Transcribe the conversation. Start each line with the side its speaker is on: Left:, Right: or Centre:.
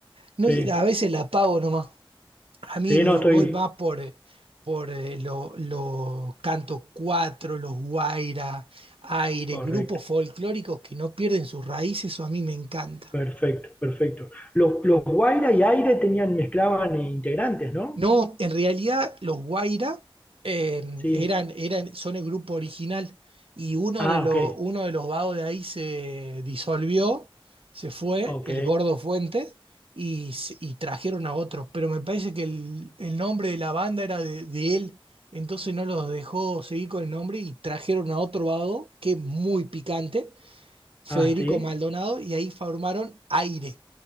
Right: no,
Left: Sí,
Right: sé, a veces la apago nomás. A mí
Left: sí,
Right: me
Left: no
Right: voy
Left: estoy
Right: más por, eh, por eh, lo- los cantos cuatro, los guaira, aire,
Left: correcto.
Right: grupos folclóricos que no pierden sus raíces, eso a mí me encanta.
Left: Perfecto, perfecto. Los, los Guaira y Aire tenían, mezclaban integrantes, ¿no?
Right: No, en realidad los Guaira eh,
Left: Sí.
Right: eran, eran, son el grupo original y uno
Left: Ah,
Right: de, los
Left: ok.
Right: uno de los vagos de ahí se disolvió, se fue,
Left: Ok.
Right: el Gordo Fuente, y, s- y trajeron a otro. Pero me parece que el, el nombre de la banda era de, de él, entonces no los dejó seguir con el nombre y trajeron a otro vago que es muy picante, Federico
Left: Ah, sí.
Right: Maldonado, y ahí formaron Aire,